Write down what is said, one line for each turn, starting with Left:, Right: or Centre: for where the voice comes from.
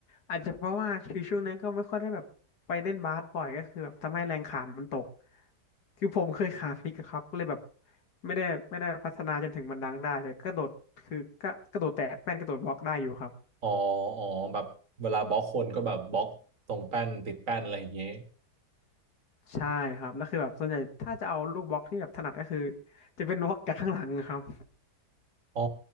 Left: อาจจะเพราะว่าคือช่วงนั้นก็ไม่ค่อยได้แบบไปเล่นบาสบ่อยก็คือแบบทำให้แรงขามันตกคือผมเคยขาพลิกอะครับก็เลยแบบไม่ได้ไม่ได้พัฒนาจนถึงมันดังได้แต่กระโดดคือก็กระโดดแตะแป้นกระโดดบล็อกได้อยู่ครับ
Right: อ๋ออ๋อแบบเวลาบล็อกคนก็แบบบล็อกตรงแป้นติดแป้นอะไรอย่างเงี้ย
Left: ใช่ครับแล้วคือแบบส่วนใหญ่ถ้าจะเอาลูกบล็อกที่แบบถนัดก็คือจะเป็นบล็อกจากข้างหลังครับ
Right: อ๋อ